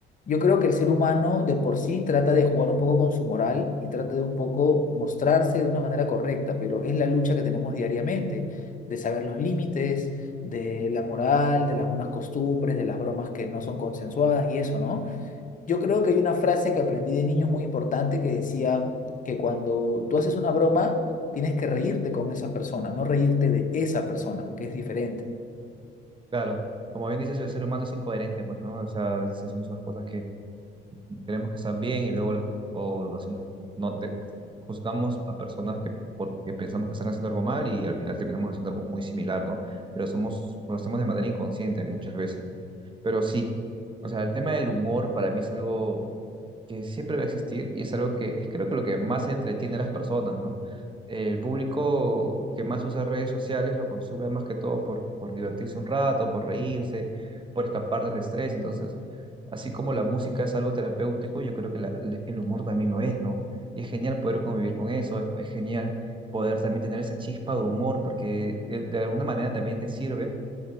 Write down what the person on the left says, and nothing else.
Yo creo que el ser humano de por sí trata de jugar un poco con su moral y trata de un poco mostrarse de una manera correcta, pero es la lucha que tenemos diariamente, de saber los límites, de la moral, de las buenas costumbres, de las bromas que no son consensuadas y eso, ¿no? Yo creo que hay una frase que aprendí de niños muy importante que decía que cuando tú haces una broma, tienes que reírte con esa persona, no reírte de esa persona, que es diferente.